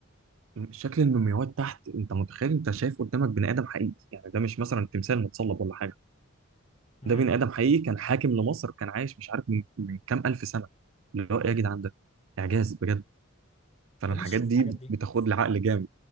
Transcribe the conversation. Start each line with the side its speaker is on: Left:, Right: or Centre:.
Right: شكل المومياوات تحت انت متخيل انت شايف قدامك بني ادم حقيقي يعني ده مش مثلا تمثال متصلب ولا حاجه
Left: امم
Right: ده بني ادم حقيقي كان حاكم لمصر كان عايش مش عارف من, من كام الف سنه اللي هو ايه يا جدعان ده اعجاز بجد فانا
Left: كان
Right: الحاجات
Left: نفسي اشوف
Right: دي
Left: الحاجات
Right: بت-
Left: دي
Right: بتاخد لي عقل جامد